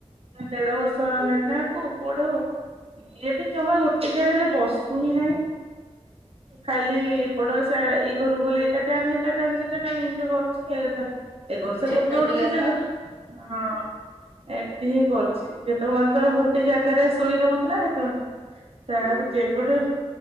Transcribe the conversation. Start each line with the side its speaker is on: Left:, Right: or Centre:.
Right: ଦେଢ଼ ବର୍ଷ ହେଲାଣି ନା ଆକୁ ପୁଅଟାକୁ। ଇଏ ବି ଜମା ଗୋଟେ ଜାଗାରେ ବସୁନି ନାହିଁ। କାଲି ଏପଟ ସା ଏଇ ଘରୁକୁ ଗଲେ ଏଟା ଟା ଆଣି ବୁ ସେଟା ଆଣିବୁ। କେଜାଣି ଯୋ କରୁଚି ଏ ତାକୁ ଏ ବର୍ଷ
Left: ଛୋଟ
Right: କରୁଥିବ ବୋଲି
Left: ପିଲା
Right: ସେ
Left: ତ
Right: ସେଇ କୁ
Left: ଆଉ।
Right: ହଁ। ଏମିତି ହିଁ କରୁଛି ଯେତେ ପର୍ଯ୍ୟନ୍ତ ଗୋଟେ ଜାଗାରେ ଶୋଇ ରହୁଥିଲା ସେତେ ପର୍ଯ୍ୟନ୍ତ ସେ ଆବୁ ଯେବେଟୁ